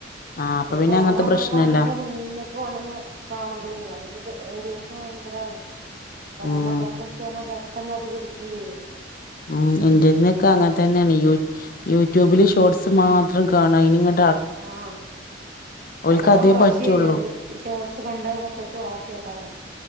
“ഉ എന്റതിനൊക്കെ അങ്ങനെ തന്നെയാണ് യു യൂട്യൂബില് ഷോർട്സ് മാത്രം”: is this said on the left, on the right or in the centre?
Left